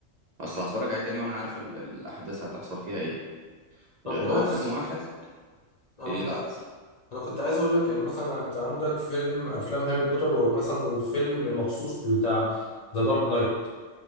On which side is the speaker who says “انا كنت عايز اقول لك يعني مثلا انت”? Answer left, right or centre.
Left